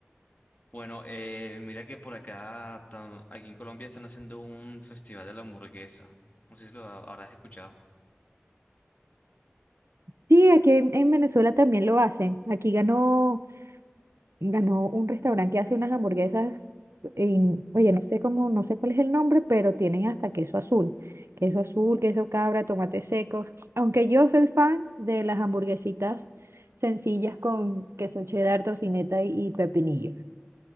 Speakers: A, on the left (about 40°); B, on the right (about 80°).
A: Bueno, eh, mira que por acá, tam- aquí en Colombia están haciendo un festival de la hamburguesa. No sé si lo ha- habrás escuchado.
B: Sí, aquí en, en Venezuela también lo hacen. Aquí ganó, ganó un restaurante que hace unas hamburguesas en, oye, no sé cómo, no sé cuál es el nombre, pero tienen hasta queso azul. Queso azul, queso cabra, tomates secos. Aunque yo soy fan de las hamburguesitas sencillas con queso cheddar, tocineta y, y pepinillo.